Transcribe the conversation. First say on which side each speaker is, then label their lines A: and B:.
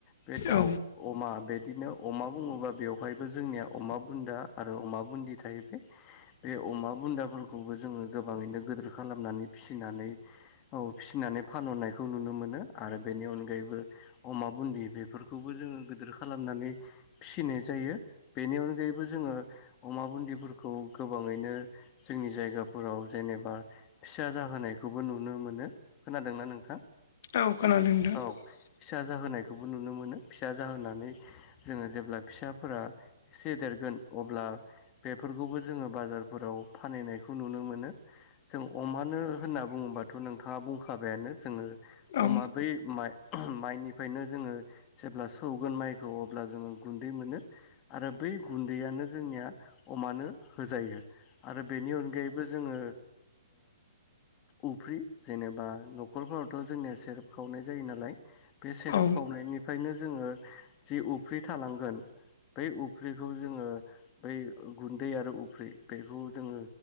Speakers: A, on the left; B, on the left.
A: बे दाउ
B: औ
A: अमा बे बिदिनो अमा बुङोबा बेवहायबो जोंनिया अमा बुन्दा आरो अमा बुदि थायो बे- बे अमा बुन्दाफोरखौबो जोङो गोबाङैनो गिदोर खालामनानै फिनानै औ फिसिनानै फान ननाय नुनो मोनो आरो बेनि अनगायैबो अमा बुन्दि बेफोरखौबो जोङो गिदोर खालामनानै फिनाय जायो। बेनि अनगायैबो जोङो अमा बुदिफोरखौ गोबाङैनो जोंनि जायगाफोराव जेनेबा फिसा जाहो होनायखौबो नुनो मोनो खोनादोंना नोंथां?
B: ओ खोनादों दो
A: औ
B: <unintelligible>
A: फिसा जाहोनाय बे खौबो नुनो मोनो फिसा जाहोनानै जोङो जेब्ला फिसाफोरा एसे देरगोन अब्ला बेफोरखौबो जोङो बाजारफोराव फानहनायखौ नुनो मोनो जों अमानो होन होनना बुङोबाथ' नोंथाङा बुंखाबायानो जोङो
B: औ
A: अम बै माइनिफ्रायनो जोङो जेब्ला सौगोन माइखौ अब्ला जोङो गुन्दै मोनो आरो बै गुन्दैयानो जों या अमानो होजायो आरो बेनि अनगायैबो जोङो उफ्रि जेनेबा न'खरफोरावथ' जोंनिया सेरेब खावनाय जायो नालाय बे सेरेब
B: औ
A: खावनायनिफ्रायनो जोङो जि उफ्रि थालांगोन बै उफ्रिखौ जोङो बै गुन्दै आरो उफ्रि बेखौ जोङो